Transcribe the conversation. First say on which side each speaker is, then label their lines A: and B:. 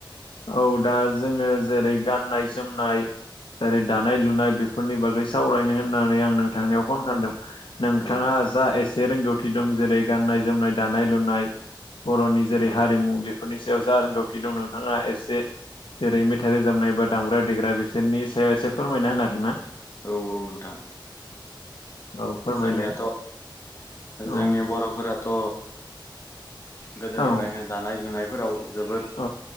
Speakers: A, on the left (about 75°); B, on the left (about 35°).
A: औ दा जोंङो जेरै गाननाय जोमनाय जेरै दानाय - लुनाय बेफोरनि बागै सावरायनो होननानै आं नोंथांनिाव फन खालामदों नोंथांङा
B: औ
A: जा एसे रोंगौथि दं जेरै गाननाय जोमनाय दानाय लुनाय बर'नि जेरै
B: औ
A: हारिमु बेफोरनि सायाव जा रोंगौथि दं नोंथांङा एसे एसे जेरै मेथाइ रोजाबनाय ए बा दामग्रा देग्रा बिसोरनि सायाव एसे फोरमायना होनो हागोन ना
B: औ - औ नोंथां
A: औ फोरमायलाय
B: जोंनियाथ'
A: औ
B: जोंनि बर'फोराथ' गोदोनिफ्रायनो
A: औ
B: दानाय लुनायफोराव जोबोर
A: औ